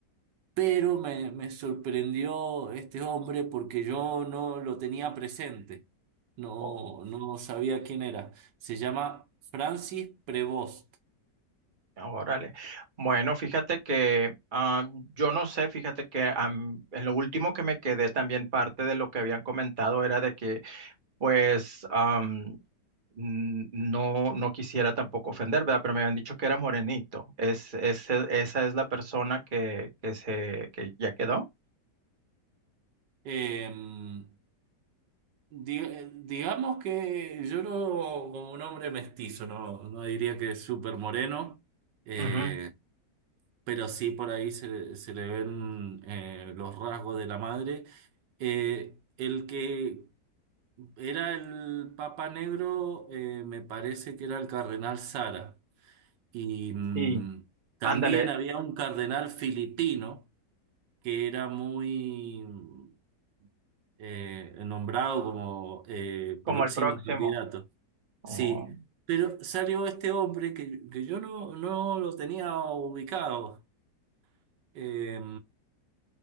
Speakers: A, on the right; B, on the right.
A: pero me, me sorprendió este hombre porque yo no lo tenía presente, no,
B: Oh,
A: no sabía quién era. Se llama Francis Prevost.
B: órale. Bueno, fíjate que ah, yo no sé, fíjate que am, en lo último que me quedé también parte de lo que habían comentado era de que pues am, n- no, no quisiera tampoco ofender, ¿verdad? Pero me habían dicho que era morenito. Es, ese- esa es la persona que, que se, que ya quedó.
A: Em, Di- eh, digamos que yo no, como un hombre mestizo, no, no diría que es súper moreno, eh,
B: Ujú,
A: pero sí por ahí se, se le ven eh, los rasgos de la madre. Eh, el que era el Papa Negro, eh, me parece que era el Cardenal Sara. Y mm,
B: Sí,
A: también
B: ándale,
A: había un cardenal filipino que era muy mm, eh, nombrado como eh,
B: como
A: próximo
B: el próximo.
A: candidato.
B: Oh,
A: Sí, pero salió este hombre que, que yo no, no lo tenía ubicado. Eh,